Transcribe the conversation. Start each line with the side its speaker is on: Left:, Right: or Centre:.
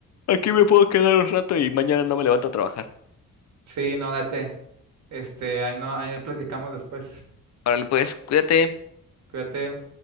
Left: aquí me puedo quedar un rato y mañana no me levanto a trabajar.
Right: Sí, no, date. Este, ahí no, ahí platicamos después.
Left: Órale, pues, cuídate.
Right: Cuídate.